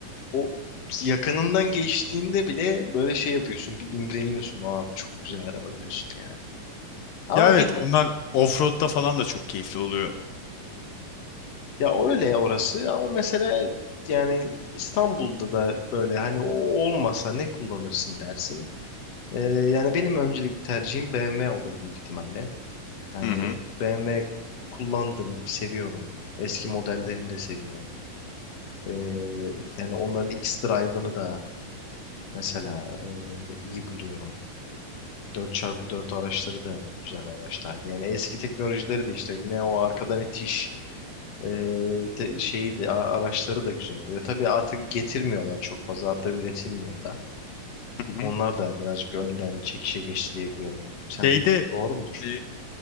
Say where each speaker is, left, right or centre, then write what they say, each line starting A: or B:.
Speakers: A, on the left; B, on the left.
A: o yakınından geçtiğinde bile böyle şey yapıyorsun. Bir imreniyorsun. Abi çok güzel araba diyorsun yani. Ama
B: Ya evet
A: bir
B: onlar offroad'da falan da çok keyifli oluyor.
A: ya öyle orası ama mesela yani İstanbul'da da böyle hani o olmasa ne kullanırsın dersin. Ee, yani benim öncelik tercihim BMW olur büyük ihtimalle. Yani
B: Hı hı.
A: BMW kullandım, seviyorum. Eski modellerini de seviyorum. Ee, yani onların X-Drive'ını da mesela e, iyi buluyorum. Dört çarpı dört araçları da güzel araçlardı. Yani eski teknolojileri de işte yine o arkadan itiş e, te- şeyi de a- araçları da güzel oluyor. Tabii artık getirmiyorlar çok fazla hatta üretilmiyor da.
B: Hı hı.
A: Onlar da birazcık önden çekişe geçti diye biliyorum. Sen
B: Şeyde
A: doğru mudur?
B: e,